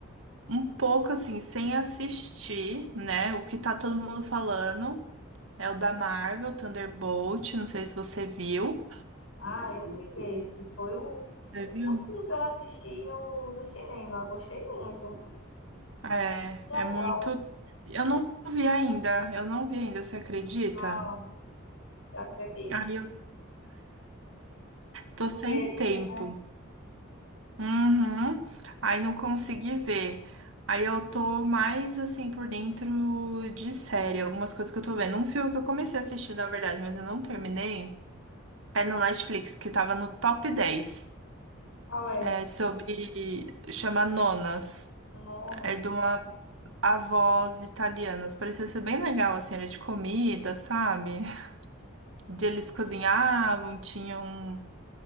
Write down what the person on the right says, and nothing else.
um pouco assim, sem assistir, né? O que tá todo mundo falando é o da Marvel, Thunderbolt, não sei se você viu.
Você
viu?
É,
é
muito. Eu não vi ainda, eu não vi ainda, você acredita?
Aí eu tô sem
tempo. Uhum. Aí não consegui ver. Aí eu tô mais assim por dentro de série, algumas coisas que eu tô vendo. Um filme que eu comecei a assistir, na verdade, mas eu não terminei. É no Netflix, que tava no top dez
É sobre. Chama Nonas.
É de uma avós italianas. Parecia ser bem legal, assim, era de comida, sabe? De Eles cozinhavam, tinham um